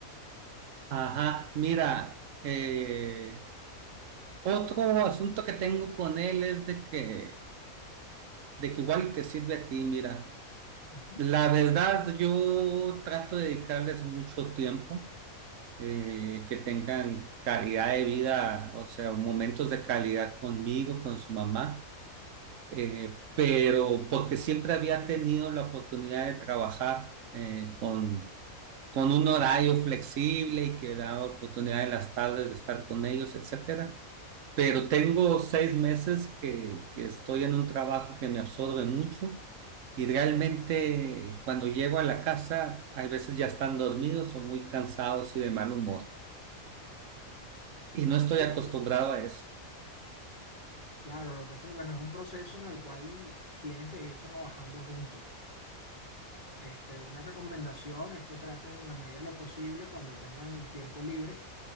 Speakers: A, on the right; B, on the left.
A: Ajá, mira, eh, otro asunto que tengo con él es de que, de que igual te sirve a ti, mira.
B: Ujú.
A: La verdad, yo trato de dedicarles mucho tiempo eh, que tengan calidad de vida, o sea, momentos de calidad conmigo, con su mamá, eh, pero porque siempre había tenido la oportunidad de trabajar eh, con, con un horario flexible y que daba oportunidad en las tardes de estar con ellos, etcétera. Pero tengo seis meses que, que estoy en un trabajo que me absorbe mucho. Y realmente cuando llego a la casa, a veces ya están dormidos o muy cansados y de mal humor. y no estoy
B: Sí,
A: acostumbrado a eso.
B: claro, lo que pasa es que bueno, es un proceso en el cual tienen que ir trabajando juntos. Este, una recomendación es que trates en la medida de lo posible, cuando tengas el tiempo libre,